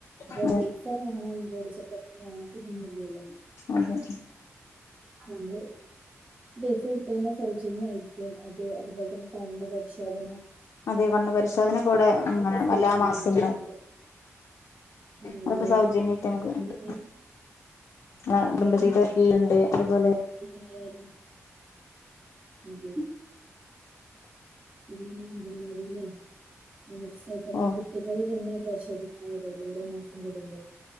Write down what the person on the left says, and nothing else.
അതെ
അതെ
അതെ കണ്ണ് പരിശോധന ഒക്കെ ഇവിടെ
ഇങ്ങനെ
എല്ലാ മാസവും
ണ്ടാവും
അതൊക്കെ സൗജന്യായിട്ട് നമുക്ക്ണ്ട്
ആ
കുടുംബശ്രീടെ കീഴിലിണ്ട് അതുപോലെ
ഓ